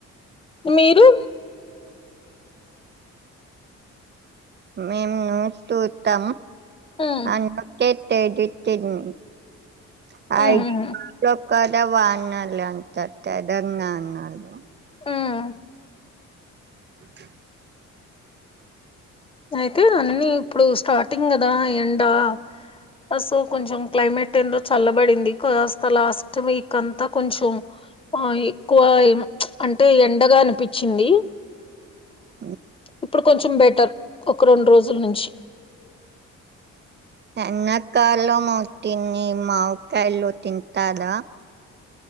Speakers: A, on the left (about 20°); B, on the right (about 35°).
A: మీరు
B: మేమ్ నూ టూస్తాం
A: ఉమ్
B: అందుకే తేదితిన్ <unintelligible>
A: ఉమ్ ఉమ్
B: కదా వానలు అంట తెదంగాణలో
A: ఉమ్.
B: ఓకే
A: అయితే అన్ని ఇప్పుడు స్టార్టింగ్ కదా ఎండా అ సో కొంచెం క్లైమేట్ ఏందో చల్లబడింది కాస్త లాస్ట్ వీక్ అంతా కొంచెం ఆ ఎక్కువ ఏమో అంటే ఎండగా అనిపిచింది
B: అఓ
A: ఇప్పుడు కొంచెం బెటర్ ఒక రెండురోజుల నుంచి
B: ఎన్నకాలం వటింది మావ్‌‌కాయలు తింటారా